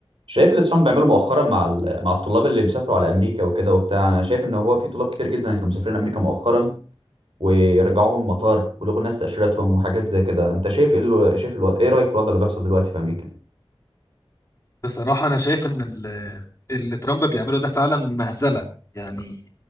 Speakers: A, on the right (about 65°); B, on the left (about 30°).
A: شايف اللي ترامب بيعمله مؤخرا مع ال- مع الطلاب اللي بيسافروا على امريكا وكده وبتاع انا شايف ان هو في طلاب كتير جدا كانوا مسافرين امريكا مؤخرا ويرجعوهم المطار ولغوا الناس تاشيرتهم وحاجات زي كده انت شايف ايه اللي شايف الو... ايه رايك في الوضع اللي بيحصل دلوقتي في امريكا
B: بصراحة أنا شايف إن ال- اللي ترامب بيعمله ده فعلا مهزلة يعني